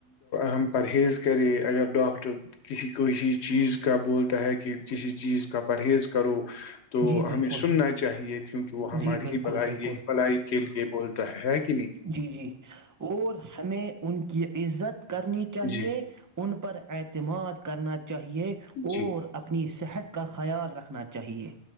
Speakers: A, on the left (about 80°); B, on the right (about 20°).
A: ہم پرہیز کریں اگر ڈاکٹر کسی کوئیسی چیز کا بولتا ہے کہ کسی چیز کا پرہیز کرو تو
B: جی بالکل
A: ہمیں سننا چاہیے کیونکہ وہ ہمارے
B: جی بالکل
A: بلائی
B: بالکل
A: بلائی <unintelligible> لیے بولتا ہے کہ <unintelligible>
B: جی جی اور ہمیں ان <unintelligible> کی عزت <unintelligible> کرنی چاہیے
A: جی
B: ان پر اعتماد کرنا چاہیے
A: جی
B: اور اپنی صحت کا خیال رکھنا چاہیے